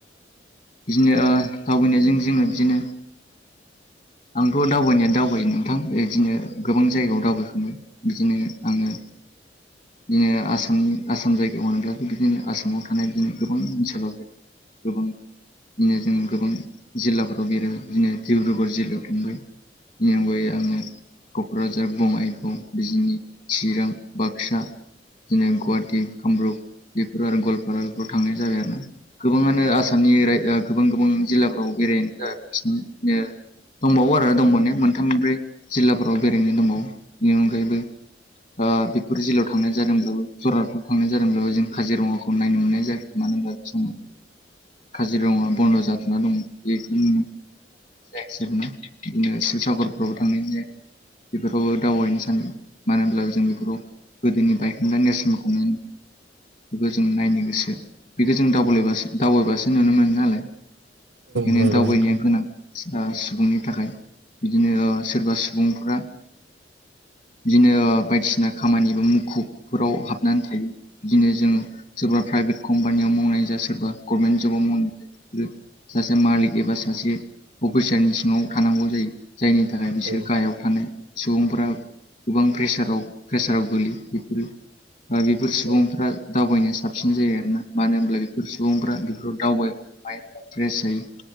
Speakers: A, on the left (about 45°); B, on the right (about 80°).
A: बिदिनो ओ दावबायनायजों जोङो बिदिनो आंथ' दावबायनाया दावबायो नोंथां बिदिनो गोबां जायगायाव दावबायखांबाय बिदिनो आङो बिदिनो आसामनि आसाम जायगायाव होनोब्लाथ' बिदिनो आसामाव थानाय बिदिनो गोबां ओनसोलाव गोबां बिदिनो जोङो गोबां जिल्लाफोराव बेरो बिदिनो डिब्रुगर जिल्लायाव थांबाय बेनि अनगायै आङो क'क्राझार बङाइगाव बिजिनि चिरां बाक्सा। दिनो गुवाहाटि कामरुप। बेफोराव आरो गवालपाराफोराव थांनाय जाबाय आरो ना गोबाङानो आसामनि राय ओ गोबां-गोबां जिल्लाफ्राव बेरायनो <unintelligible> दंबावो आरो दंबावनाया मोनथाम मोनब्रै। जिल्लाफोराव बेरायनो दंबावो बेनि अनगायैबो ओ बेफोर जिल्लायाव थांनाय जादोंब्लाबो जरहातफ्राव थांनाय जादोंब्लाबो जों काजिरङाखौ नायनो मोननाय जायाखै मानो होनब्ला बे समाव काजिरङा बन्द' जाथ'ना दं बेखायनो नुनाय जायासै <unintelligible> बिदिनो शिबसागरफ्रावबो थाङै जे बेफोरावबो दावबायनो सान्दों। मानो होनब्लाबो जों बेफोराव गोदोनि बायखोन्दा नेरसोनफोरखौ मोनो। बेखौ जों नायनो गोसो बेखौ जों <unintelligible> दावबायबासो नुनो मोनो नालाय बेखायनो
B: नंगौ
A: दावबायनाया
B: नोंथां
A: गोनां ओ सुबुंनि थाखाय। बिदिनो ओ सोरबा सुबुंफ्रा बिदिनो बायदिसिना खामानि मुखुबफोराव हाबनानै थायो। बिदिनो जोङो सोरबा प्राइभेट कम्पानियाव मावनाय जा सोरबा गभमेन्ट जबाव मावनाय सासे मालिक एबा सासे अफिसारनि सिङाव थानांगौ जायो जायनि थाखाय बिसोर
B: औ
A: गाहायाव थानाय सुबुंफोरा गोबां प्रेसाराव प्रेसाराव गोलैयो बेफोरो ओ बेफोर सुबुंफ्रा
B: औ
A: दावबायनो साबसिन जायो आरोना मानो होनब्ला बेफोर सुबुं बेफोराव दावबाय <unintelligible> फ्रेस जायो।